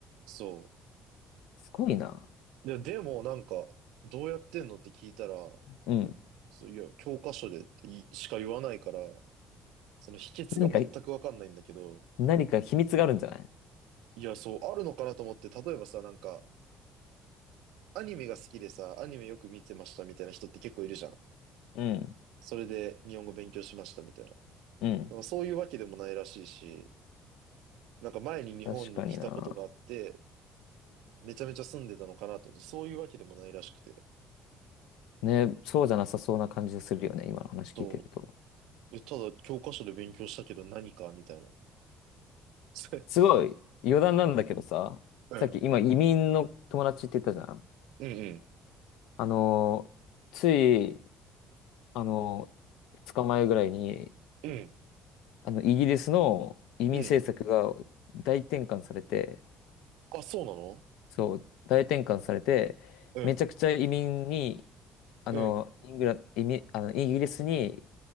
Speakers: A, on the right (about 85°); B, on the left (about 80°).
A: そ
B: すごいな。
A: う。いや、でもなんか、どうやってんのって聞いたら、
B: うん。
A: そういや、教科書でっていしか言わないから、その秘訣が全くわかんないんだけど、
B: 何か、何か秘密があるんじゃない
A: いや、そう、あるのかなと思って、例えばさ、なんか、アニメが好きでさ、アニメよく見てましたみたいな人って結構いるじゃん。
B: うん。
A: それで日本語勉強しましたみたいな。
B: うん。
A: なんかそういうわけでもないらしいし、なんか前に日本に来たことがあって、
B: 確かにな。
A: めちゃめちゃ住んでたのかなと思って、そういうわけでもないらしくて。
B: ね、そうじゃなさそうな感じするよね。今の話聞いてると。
A: そうえ、ただ教科書で勉強したけど何かみたいな。<laughs>
B: すごい。余談なんだけどさ。
A: うん。
B: さっき今移民の友達って言ったじゃん。
A: うん
B: あのーついあの、2日前ぐらいに、
A: うん。うん。
B: あの、イギリスの移民政策が大転換されて、
A: うん。あ、そうなの
B: そう、大転換されて、
A: うん。
B: めちゃくちゃ移民に、あの、
A: うん。
B: イングラ、移民、あの、イギリスに